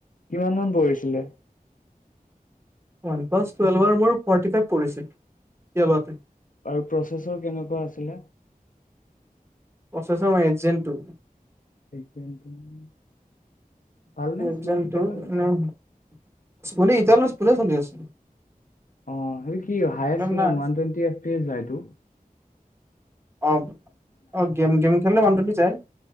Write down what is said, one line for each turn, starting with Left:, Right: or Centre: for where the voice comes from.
Left: কিমান মান পৰিছিলে?
Right: ওৱান প্লাছ <unintelligible> মোৰ ফৰ্টি ফাইভ পৰিছিল, <unintelligible>
Left: আৰু প্ৰচেছৰ কেনেকুৱা আছিলে?
Right: <unintelligible> ময়। <unintelligible>
Left: <unintelligible>
Right: <unintelligible>
Left: স্মুথ চলে নে
Right: <unintelligible> চলি আছে।
Left: অ' সেইটো কি হায়েষ্ট
Right: প্ৰব্লেম
Left: কিমান?
Right: নাই
Left: ওৱান টুৱেনটি এফপি এ যাইটো?
Right: অ' অ', গেম গেম খেলিলে ওৱান টুৱেন্টি যাই।